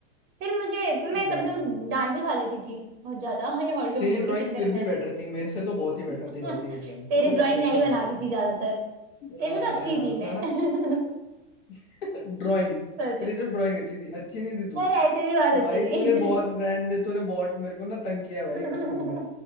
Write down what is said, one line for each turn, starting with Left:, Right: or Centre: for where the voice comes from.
Right: फिर मुझे मैं
Left: यार
Right: कभी कभी डांट भी खा लेती थी बहुत ज्यादा <laughs> हाँ, ये हॉलीडे
Left: तेरी
Right: होमवर्क
Left: ड्राइंग
Right: के चक्कर
Left: फिर
Right: में
Left: भी बेटर थी मेरे से तो बहुत ही बेटर
Right: <laughs>
Left: थी भाई तेरी ड्राइंग
Right: तेरे
Left: तू तो
Right: ड्राइंग
Left: काफी अच्छा
Right: मैं ही
Left: बना
Right: बनाती
Left: लेती
Right: थी
Left: थी
Right: ज्यादातर तेरे
Left: हाँ
Right: से तो अच्छी
Left: यार
Right: थी मैं
Left: है ना
Right: <laughs>
Left: <laughs> ड्राइंग
Right: सच
Left: तेरी सिर्फ ड्राइंग अच्छी थी अच्छी नहीं थी तू
Right: पर ऐसे भी बहुत अच्छी
Left: भाई
Right: थी
Left: तूने बहुत
Right: <laughs>
Left: रहने दे तूने बहुत मेरे को ना तंग किया है भाई
Right: पर
Left: बचपन में